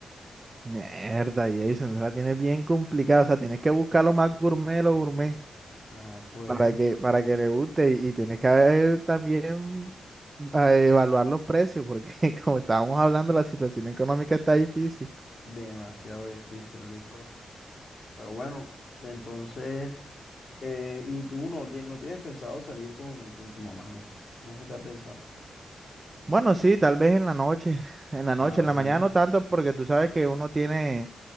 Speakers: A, on the right (about 25°); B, on the left (about 50°).
A: Mierda, Jason, la tienes bien complicada. O sea, tienes que buscar lo más gourmet, de lo gourmet.
B: Ah, pues,
A: para que, para que le guste y, y tienes que haber también a evaluar los precios, porque <laughs> como estábamos hablando, la situación económica está difícil.
B: demasiado difícil, Luis, pero, pero bueno, entonces... Eh, y tú no, ti- no tienes pensado salir con, con tu mamá, no. No se te ha pensado.
A: Bueno, sí, tal vez en la noche, en la noche,
B: Ah, bueno.
A: en la mañana no tanto, porque tú sabes que uno tiene,